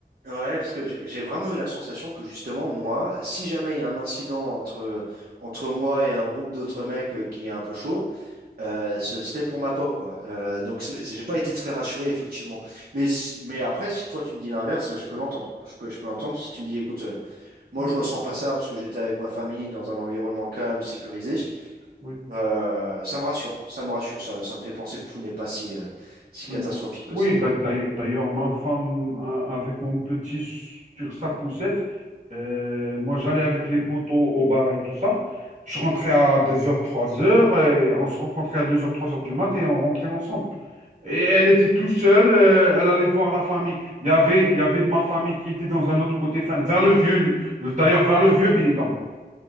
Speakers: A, on the right; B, on the right.
A: Ouais, parce que je- j'ai vraiment eu la sensation que justement, moi, si jamais il y a un incident entre, entre moi et un groupe d'autres mecs euh, qui est un peu chaud, euh, ce serait pour ma pomme, quoi. Euh, donc, c'est- c'est- j'ai pas été très rassuré, effectivement. Mais, si- mais après, si toi, tu me dis l'inverse, je peux l'entendre. Je peux, je peux l'entendre si tu me dis, écoute, euh, moi,
B: Mm.
A: je ressens pas ça parce que j'étais avec ma famille dans un environnement calme, sécurisé.
B: Oui.
A: Euh, ça me rassure, ça me rassure, ça, ça me fait penser que tout n'est pas si, euh, si
B: Mm.
A: catastrophique que
B: Oui,
A: ça, quoi.
B: d'a- d'ailleurs, d'ailleurs, ma femme, a- avec mon petit s- sur sa poussette, euh, moi j'allais avec les poteaux au bar et tout ça. Je rentrais à deux heures, trois heures et on se rencontrait à deux heures, trois heures du mat et on rentrait ensemble. Et elle était tout seule, euh, elle allait voir la famille. Il y avait, il y avait de ma famille qui était dans un autre côté, enfin, vers le vieux, d'ailleurs, vers le vieux Benidorm.